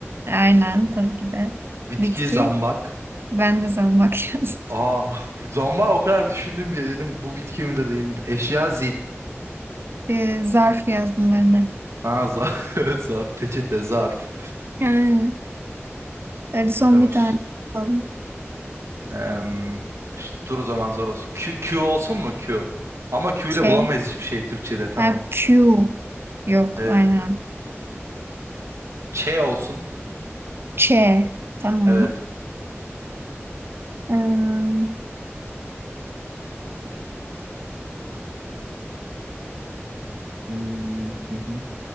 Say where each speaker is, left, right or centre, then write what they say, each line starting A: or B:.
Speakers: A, on the right (about 55°); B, on the right (about 75°).
A: Aynen tabii ki de.
B: bitki
A: Bitki.
B: zambak.
A: Ben de zambak <laughs> yazdım.
B: Aa, <laughs> zambak o kadar düşündüm bile dedim bu bitki midir değil midir? Eşya zil.
A: Ee, zarf yazdım ben de.
B: Aa, zar <laughs> zarf, peçete, zarf.
A: Yani, hadi son
B: Tamam.
A: bir tane
B: ş-
A: yapalım.
B: em, ş- dur o zaman zor olsun. Q, Q olsun mu Q? Ama Q ile
A: K.
B: bulamayız hiçbir şey Türkçe'de tamam.
A: Ha, Q. Yok
B: Evet.
A: aynen.
B: Ç olsun.
A: Ç. Tamam.
B: Evet.
A: Ee,
B: Hmm, hı hı.